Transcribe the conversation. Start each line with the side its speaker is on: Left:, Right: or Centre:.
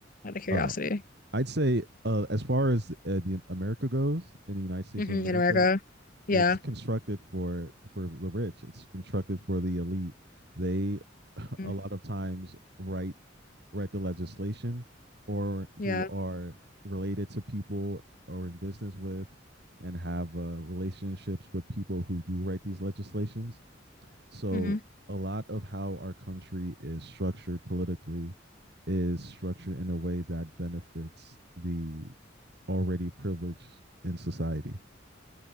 Left: Out of curiosity.
Right: Um, I'd say uh, as far as uh, the America goes in the United States
Left: hmm
Right: of America,
Left: In America. Yeah.
Right: it's constructed for for the rich. It's constructed for the elite. They <laughs>
Left: Mm.
Right: a lot of times write write the legislation, or
Left: Yeah.
Right: they are related to people or in business with, and have uh, relationships with people who do write these legislations So
Left: hmm
Right: a lot of how our country is structured politically is structured in a way that benefits the already privileged in society.